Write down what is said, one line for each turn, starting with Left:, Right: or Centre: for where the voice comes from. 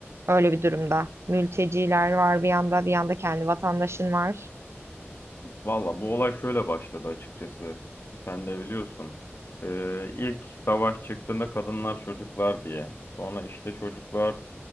Right: öyle bir durumda? Mülteciler var bir yanda, bir yanda kendi vatandaşın var.
Left: Valla bu olay şöyle başladı açıkçası. Sen de biliyorsun. Ee, ilk savaş çıktığında kadınlar çocuklar diye. Sonra işte çocuklar